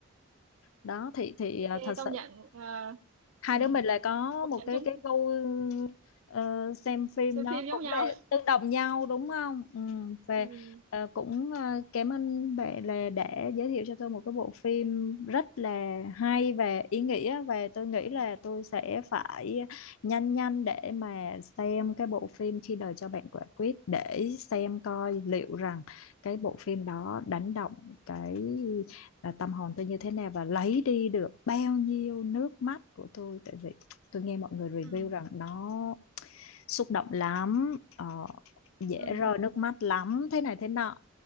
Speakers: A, on the left; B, on the right.
A: Đó thì thì
B: ok
A: à, thật sự
B: công nhận ờ,
A: hai
B: ừ.
A: đứa mình là có
B: công
A: một
B: nhận
A: cái
B: chung
A: cái gu ờ, xem phim
B: xem
A: nó
B: phim giống
A: cũng
B: nhau
A: là tương đồng nhau đúng không ừ. và
B: ừ
A: ờ, cũng ờ, cảm ơn bạn là đã giới thiệu cho tôi một cái bộ phim rất là hay và ý nghĩa và tôi nghĩ
B: Ừ.
A: là tôi sẽ phải nhanh nhanh để mà xem cái bộ phim khi đời cho bạn quả quýt để xem coi liệu rằng cái bộ phim đó đánh động cái à, tâm hồn tôi như thế nào và lấy đi được bao nhiêu nước mắt của tôi tại vì tôi nghe mọi người review
B: ừ
A: rằng nó xúc động lắm ờ, dễ
B: ừ,
A: rơi nước mắt lắm thế này thế nọ